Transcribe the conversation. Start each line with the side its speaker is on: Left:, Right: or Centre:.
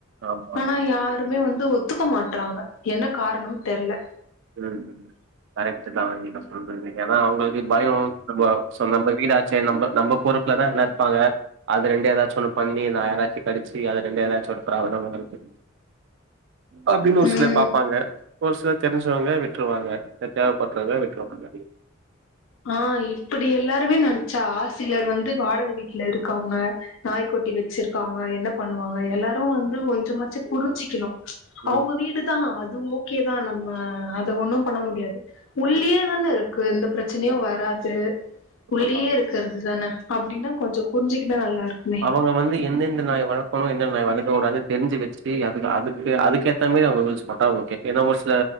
Right: ஆமா ஆமா
Left: ஆனா யாருமே வந்து ஒத்துக்க மாட்றாங்க என்ன காரணம் தெர்ல
Right: ம் கரெக்ட்டு தா நீங்க சொல்றது ஏனா அவுங்களுக்கு பயோ நம்ப சோ நம்ம வீடாச்சே நம்ம நம்ம பொருப் புலதா எல்லா இருப்பாங்க அது ரெண்டு எதாச்சி ஒன்னு பண்ணி நா யாராச்சி கடிச்சி அது ரெண்டு எதாச்சி ஒரு பிராப்ளமா இருக்கு அப்டின் ஒரு சிலர்
Left: ம்
Right: பாப்பாங்க ஒரு சிலர் தெரிஞ்சவங்க விட்ருவாங்க இல்ல தேவ பட்றவங்க விட்ருவாங்க
Left: ஆ இப்டி எல்லாருமே நெனச்சா ஆ சிலர் வந்து வாடக வீட்ல இருக்கவுங்க நாய்க்குட்டி வச்சிருக்காங்க என்ன பண்ணுவாங்க எல்லாரு வந்து கொஞ்சமாச்சி புரிஞ்சிக்கிணு
Right: ம்
Left: அவுங்க வீடுதா அது ஓகேதா நம்ம அத ஒன்னு பண்ண முடியாது உள்ளியே
Right: ம்
Left: தான இருக்கு எந்த பிரச்சனையு வராது உள்ளயே
Right: ஆமா
Left: இருக்கறதுதான அப்டினா கொஞ்சோ புரிஞ்சிக்கிட்டா நல்லா இருக்கு
Right: அவுங்க வந்து எந்தெந்த நாய் வழக்கணு எந்த நாய் வளக்கக்கூடாது தெரிஞ்சி வச்சிட்டு அதுக் அதுக்கு அதுக்கே ஏத்தமாரி அவுங்க ரூல்ஸ் போட்டா ஓகே ஏனா ஒரு சில